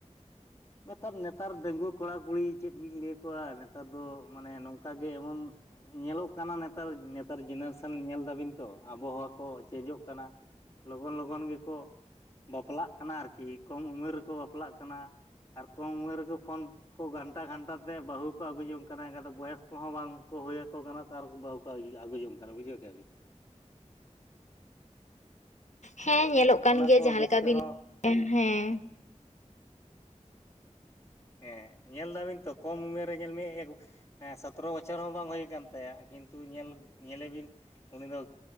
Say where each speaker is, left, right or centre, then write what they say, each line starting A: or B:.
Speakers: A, on the left; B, on the left.
A: ᱱᱮᱛᱟᱨ ᱱᱮᱛᱟᱨ ᱰᱟᱸᱜᱩᱣᱟᱹ ᱠᱚᱲᱟ ᱠᱩᱲᱤ ᱪᱮᱫ ᱵᱤᱱ ᱞᱟᱹᱭ ᱠᱚᱣᱟ ᱱᱮᱛᱟᱨ ᱫᱚ ᱢᱟᱱᱮ ᱱᱚᱝᱠᱟᱜ ᱜᱮ ᱮᱢᱚᱱ ᱧᱮᱞᱚᱜ ᱠᱟᱱᱟ ᱱᱮᱛᱟᱨ ᱱᱮᱛᱟᱨ ᱡᱮᱱᱟᱨᱮᱥᱮᱱ ᱧᱮᱞ ᱫᱟᱹᱵᱤᱱ ᱛᱚ ᱟᱵᱚᱦᱟᱣᱟ ᱠᱚ ᱪᱮᱧᱡᱚᱜ ᱠᱟᱱᱟ᱾ ᱞᱚᱜᱚᱱ ᱞᱚᱜᱚᱱ ᱜᱮᱠᱚ ᱵᱟᱯᱞᱟᱜ ᱠᱟᱱᱟ ᱟᱨᱠᱤ ᱠᱚᱢ ᱩᱢᱮᱨ ᱨᱮᱠᱚ ᱵᱟᱯᱞᱟᱜ ᱠᱟᱱᱟ᱾ ᱟᱨ ᱠᱚᱢ ᱩᱢᱮᱨ ᱨᱮᱠᱚ ᱯᱷᱳᱱ ᱠᱚ ᱜᱷᱟᱱᱴᱟ ᱜᱷᱟᱱᱴᱟ ᱛᱮ ᱵᱟᱹᱦᱩ ᱦᱚᱠᱚ ᱟᱹᱜᱩ ᱡᱚᱝ ᱠᱟᱱᱟ ᱮᱠᱟ ᱫᱚ ᱵᱚᱭᱮᱥ ᱠᱚᱦᱚᱸ ᱵᱟᱝᱠᱚ ᱦᱩᱭ ᱟᱠᱚ ᱠᱟᱱᱟ᱾ ᱟᱨ ᱵᱟᱹᱦᱩ ᱠᱚ ᱟᱹᱜᱩ ᱡᱚᱝ ᱠᱟᱱᱟ ᱵᱩᱡᱷᱟᱹᱣ ᱠᱮᱭᱟᱵᱤᱱ᱾
B: ᱦᱮᱸ ᱧᱮᱞᱚᱜ ᱠᱟᱱ
A: ᱚᱱᱟ
B: ᱜᱮᱭᱟ
A: ᱠᱚ
B: ᱡᱟᱦᱟᱸᱞᱮᱠᱟ
A: ᱫᱤᱠ ᱛᱮᱦᱚᱸ
B: ᱵᱤᱱ <unintelligible> ᱦᱮᱸ᱾
A: ᱦᱮᱸ ᱧᱮᱞ ᱫᱟᱵᱤᱱ ᱛᱚ ᱠᱚᱢ ᱩᱢᱮᱨ ᱨᱮ ᱧᱮᱞ ᱢᱮ ᱦᱮᱸ ᱥᱚᱛᱨᱚ ᱵᱚᱪᱷᱚᱨ ᱦᱚᱸ ᱵᱟᱝ ᱦᱩᱭ ᱟᱠᱟᱱ ᱛᱟᱭᱟ ᱠᱤᱱᱛᱩ ᱧᱮᱞ ᱧᱮᱞᱮᱵᱤᱱ ᱩᱱᱤ ᱫᱚ